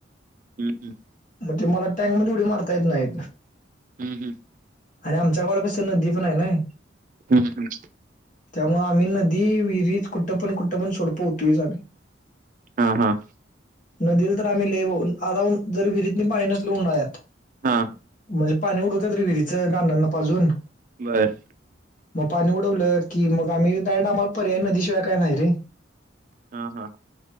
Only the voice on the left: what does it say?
म ते मला टॅंक मध्ये उडी मारता येतं नाही.
आणि आमच्या गावाला कसं त नदी पण हाय नाय.
त्यामुळे आम्ही नदी विहिरीत. कुठं पण कुठं पण सोड पोहोतोयच आम्हीं.
नदीला तर आम्ही लेवून, आगाऊन जर विहिरीतनी पाणी नसलं उन्हाळ्यात.
म्हणजे, पाणी उडवतात रे विहिरीचं रानांना पाजून.
म पाणी उडवलं की मगं आम्ही, डारेक्ट आम्हाला पर्याय नदी शिवाय काय नाही रे.